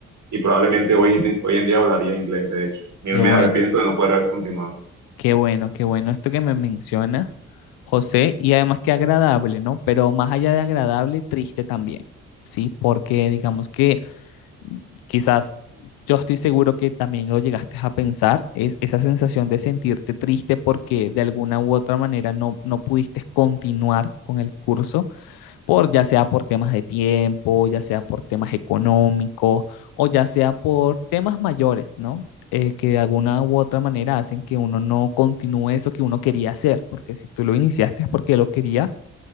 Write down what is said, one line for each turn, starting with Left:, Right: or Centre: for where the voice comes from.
Right: y probablemente hoy, hoy en día hablaría inglés, de hecho. Me,
Left: Qué
Right: me
Left: bueno.
Right: arrepiento de no poder haber continuado.
Left: Qué bueno, qué bueno esto que me mencionas, José, y además qué agradable, ¿no? Pero más allá de agradable, triste también, ¿sí? Porque digamos que quizás yo estoy seguro que también lo llegaste a pensar, es esa sensación de sentirte triste porque de alguna u otra manera no, no pudiste continuar con el curso por ya sea por temas de tiempo, ya sea por temas económicos o ya sea por temas mayores, ¿no? Eh, que de alguna u otra manera hacen que uno no continúe eso que uno quería hacer, porque si tú lo iniciaste es porque lo quería